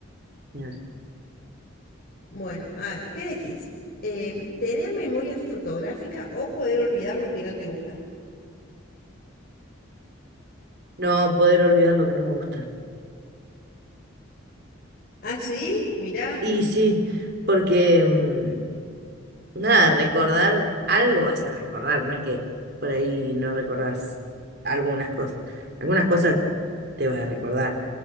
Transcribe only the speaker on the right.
Claro.
No poder olvidar lo que no me gusta.
Y sí, porque mm, nada, recordar algo vas a recordar, no es que por ahí no recordás algunas cosas. Algunas cosas te vas a recordar,